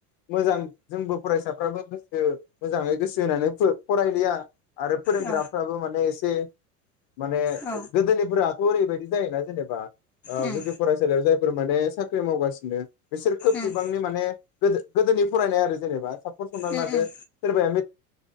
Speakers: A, on the left; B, in the centre.
A: मोजां जोंबो फरायसाफ्राबो गोसो मोजाङै गोसो होनानै फरायलिया आरो फोरोंग्राफ्राबो
B: औ
A: माने एसे माने
B: औ
A: गोदोनिफोरा बोरैबायददि जायोना जेनेबा ओ
B: उम
A: गुदि फरायसालियाव जाय जायफोर माने साख्रि मावगासिनो बिसोर खोब
B: उम
A: बिबांनि माने गोदो-गोदोनि फरायनाय आरो जेनेबा साब फसंनानै
B: उम
A: लादो
B: उम
A: सोरबाया